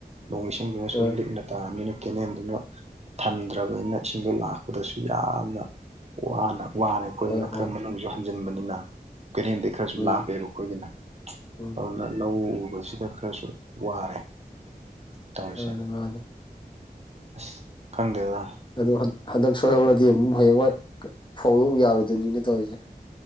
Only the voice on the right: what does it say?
ꯅꯣꯡ ꯏꯁꯤꯡꯗꯨꯅꯁꯨ
ꯂꯤꯛꯅ ꯇꯥ ꯑꯝꯅꯤꯅ ꯀꯦꯅꯦꯟꯗꯨꯅ ꯊꯟꯗ꯭ꯔꯕꯅꯤꯅ ꯏꯁ ꯁꯤꯡꯗꯣ ꯂꯥꯛꯄꯗꯁꯨ ꯌꯥꯝꯅ ꯋꯥꯅ ꯋꯥꯔ‌ꯦ ꯑꯩꯈꯣꯏꯅ
ꯈꯔ ꯃꯅꯨꯡꯖꯨ ꯍꯟ ꯊꯨꯝꯖꯤꯟꯕꯅꯤꯅ ꯀ‌ꯦꯅ‌ꯦꯟꯗꯩ ꯈꯔꯁꯨ
ꯂꯥꯞꯄꯦꯕ ꯈꯣꯏꯒꯤꯅ
ꯑꯗꯨꯅ ꯂꯧ ꯎꯕꯖꯤꯗ ꯈꯔꯁꯨ ꯋꯥꯔꯦ ꯇꯧꯔꯤꯁꯦ
ꯑꯁ‌ ꯈꯪꯗꯦ ꯗ